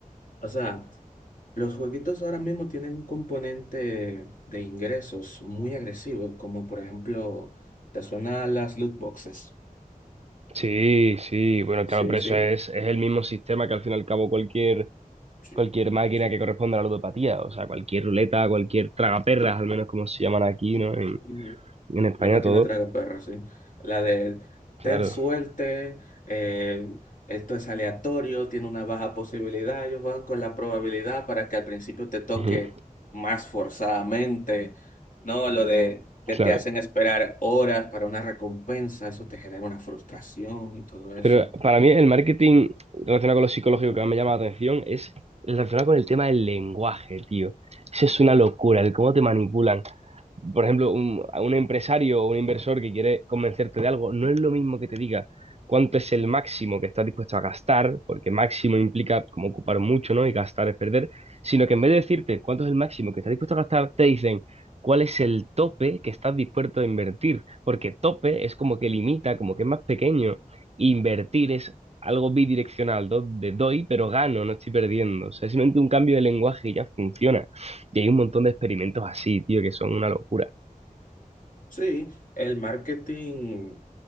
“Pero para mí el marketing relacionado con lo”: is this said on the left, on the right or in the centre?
Right